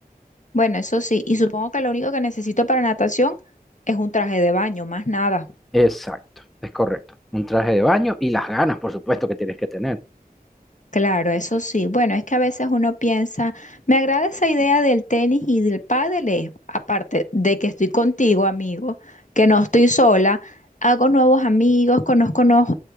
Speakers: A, on the left; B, in the centre.
A: Bueno, eso sí, y supongo que lo único que necesito para natación es un traje de baño, más nada.
B: Exacto, es correcto. Un traje de baño y las ganas, por supuesto, que tienes que tener.
A: Claro, eso sí. Bueno, es que a veces uno piensa, me agrada esa idea del tenis y del pádel, es, aparte de que estoy contigo, amigo, que no estoy sola, hago nuevos amigos, conozco nuevos